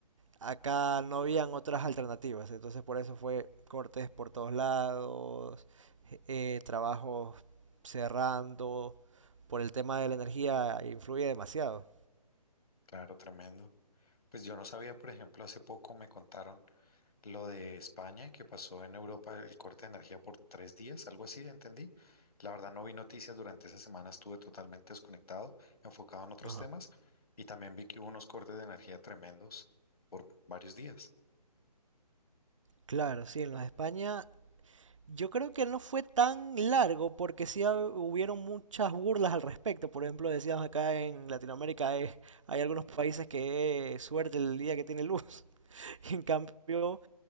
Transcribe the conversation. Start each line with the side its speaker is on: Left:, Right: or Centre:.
Right: acá no habían otras alternativas. Entonces por eso fue cortes por todos lados, eh, trabajos cerrando, por el tema de la energía influye demasiado.
Left: Claro, tremendo. Pues yo no sabía, por ejemplo, hace poco me contaron lo de España, que pasó en Europa el corte de energía por tres días, algo así, entendí. La verdad no vi noticias durante esa semana, estuve totalmente desconectado, enfocado en otros
Right: Ajá.
Left: temas, y también vi que hubo unos cortes de energía tremendos por varios días.
Right: Claro, sí, en los de España yo creo que no fue tan largo porque sí ha- hubieron muchas burlas al respecto. Por ejemplo, decíamos acá en Latinoamérica eh, hay algunos países que eh, suerte el día que tiene luz. <laughs> Y en cambio,